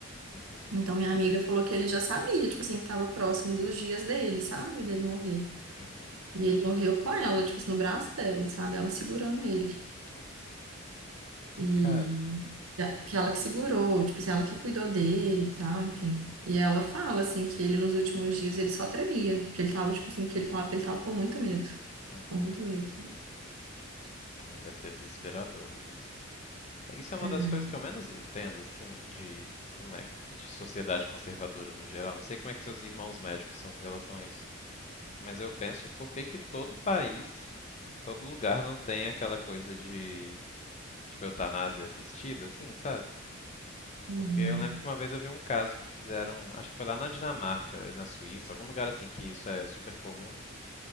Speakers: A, on the left; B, on the right.
A: uhum,
B: Então minha amiga falou que ele já sabia, tipo assim, que tava próximo dos dias dele, sabe? Dele morrer.
A: uhum.
B: E ele morreu com ela, tipo assim, no braço dela, sabe? Ela segurando ele.
A: Nossa.
B: E
A: Cara,
B: da- que ela que segurou, tipo assim, ela que cuidou dele e tal, enfim. E ela fala, assim, que ele nos últimos dias ele só tremia, que ele tava, tipo assim, que ele falava que ele tava com muito medo,
A: Uhum.
B: com muito medo.
A: Ai, Deve ser desesperador mesmo. É, Isso é uma
B: É.
A: das coisas que eu menos entendo, assim, de como é de sociedade conservadora no geral. Não sei como é que seus irmãos médicos são com relação a isso, mas eu penso por que que todo país, todo lugar não tem aquela coisa de tipo eutanásia assistida, assim, sabe?
B: Uhum.
A: Porque eu lembro que uma vez eu vi um caso que fizeram, acho que foi lá na Dinamarca, na Suíça, algum lugar assim que isso é super comum